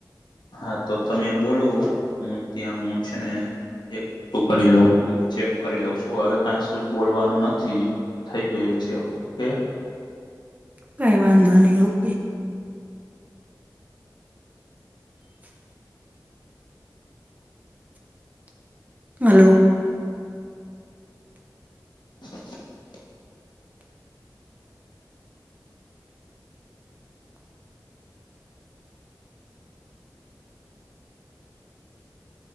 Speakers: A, on the left (about 85°); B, on the right (about 20°).
A: હા તો તમે બોલો હું ત્યાં હું છે ને એકઠું કરી લઉ છું ચેક કરી લઉં છું હવે કંશું જ બોલવાનું નથી. થઈ ગયું છે ઓકે.
B: કઈ વાંધો નહીં ઓકે હલો
A: <inaudible>